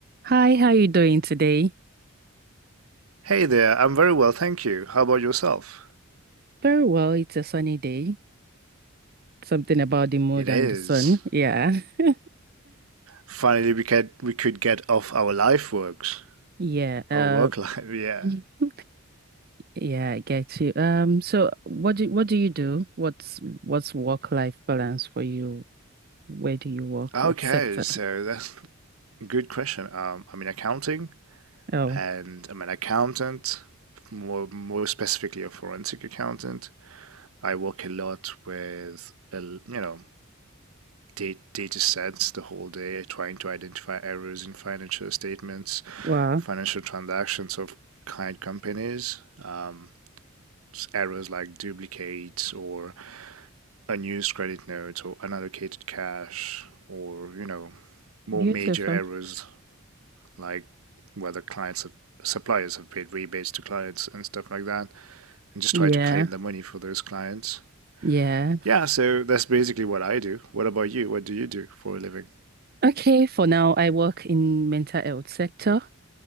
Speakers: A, on the right; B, on the right.
A: Hi, how you doing today?
B: Hey there, I'm very well, thank you. How about yourself?
A: Very well. It's a sunny day. Something about the mood
B: It is.
A: and the sun. Yeah. <laughs>
B: Finally, we could we could get off our life works,
A: Yeah. Uh,
B: our work life. <laughs> Yeah.
A: <laughs> yeah, I get you. Um, so what do what do you do? What's what's work-life balance for you? Where do you work?
B: Okay,
A: What sector?
B: so that's a good question. Um, I'm in accounting,
A: Oh,
B: and I'm an accountant, more more specifically a forensic accountant. I work a lot with a l- you know data, data sets the whole day, trying to identify errors in financial statements,
A: wow.
B: financial transactions of client companies. Um, errors like duplicates or unused credit notes or unallocated cash or, you know, more
A: Beautiful.
B: major errors like whether clients have suppliers have paid rebates to clients and stuff like that and just
A: Yeah.
B: try to claim the money for those clients.
A: Yeah.
B: Yeah, so that's basically what I do. What about you? What do you do for a living?
A: Okay, for now, I work in mental health sector